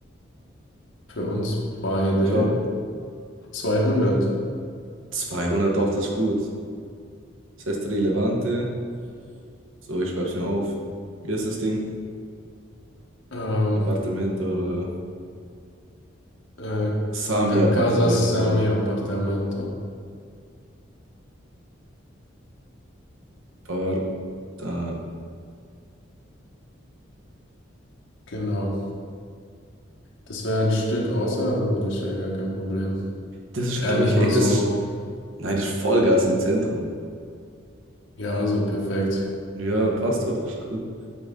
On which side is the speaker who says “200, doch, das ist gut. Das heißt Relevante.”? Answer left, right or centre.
Right